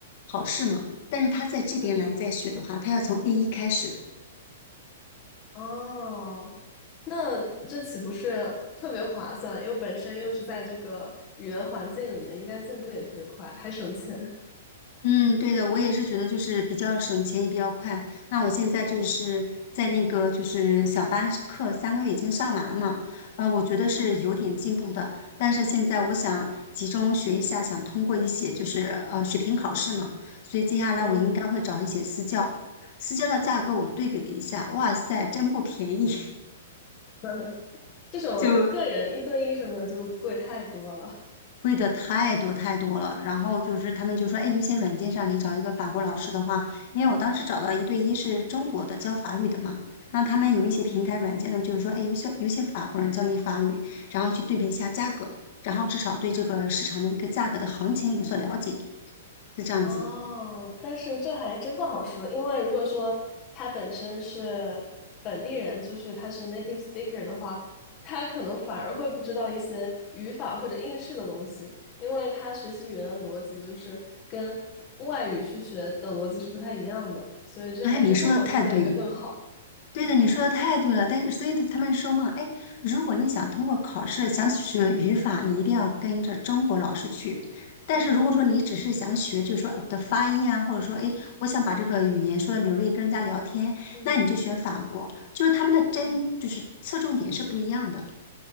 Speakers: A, on the left (about 40°); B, on the left (about 25°).
A: 考试嘛。但是他在这边来再学的话，
B: 嗯，
A: 他要从 A 一开始。
B: 哦，那这岂不是特别划算？又本身又是在这个语言环境里面，应该进步也特别快，还省钱。
A: 嗯，对的，我也是觉得就是比较省钱也比较快。那我现在就是在那个就是小班是课三个月已经上完了嘛，呃，我觉得是有点进步的。
B: 嗯
A: 但是现在我想集中学一下，想通过一些就是呃水平考试嘛，所以接下来我应该会找一些私教。
B: 嗯，
A: 私教的价格我对比了一下，哇塞，真不便宜，
B: <laughs>
A: <laughs>
B: 这种个人一对一什么的就贵太多了。
A: 就。贵的太多太多了，然后就是他们就说，哎，有些软件上你找一个法国老师的话，因为我当时找到一对一是中国的教法语的嘛，那他们有一些平台软件呢，
B: 嗯，
A: 就是说，哎，有些有些法国人教你法语，然后去对比一下价格，然后至少对这个市场的一个价格的行情有所了解，是这样子。
B: 哦，但是这还真不好说，因为如果说他本身是本地人，就是他是 native speaker 的话，他可能反而会不知道一些语法或者应试的东西，因为他学习语言的逻辑就是跟外语去学的逻辑是不太一样的，所以这还真不好说哪个更好。
A: 哎，你说的太对了，对的，你说的太对了。但是，所以他们说嘛，哎，如果你想通过考试想学语法，你一定要跟着中国老师去。但是如果说你只是想学，就是说我的发音啊，或者说哎，我想把这个语言说的流利，跟人家聊天，
B: 嗯
A: 那你就选法国，就是他们的针就是侧重点是不一样的。